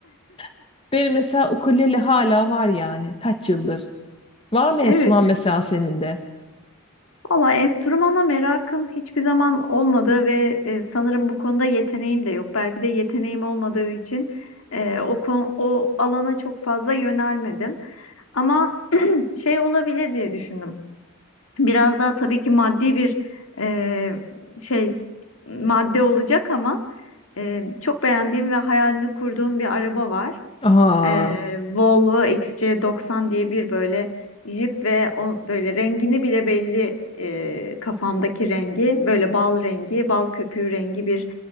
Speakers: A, on the left; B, on the left.
A: <laughs> Benim mesela ukulele hala var yani. Kaç yıldır? Var mı
B: Evet.
A: enstrüman mesela senin de?
B: Valla enstrümana merakım hiçbir zaman olmadı ve e, sanırım bu konuda yeteneğim de yok. Belki de yeteneğim olmadığı için e, o, kon- o alana çok fazla yönelmedim. Ama şey olabilir diye düşündüm. Biraz daha tabii ki maddi bir e, şey madde olacak ama e, çok beğendiğim ve hayalini kurduğum bir araba var.
A: Aa.
B: E, Volvo XC90 diye bir böyle jip ve o, böyle rengini bile belli e, kafamdaki rengi böyle bal rengi bal köpüğü rengi bir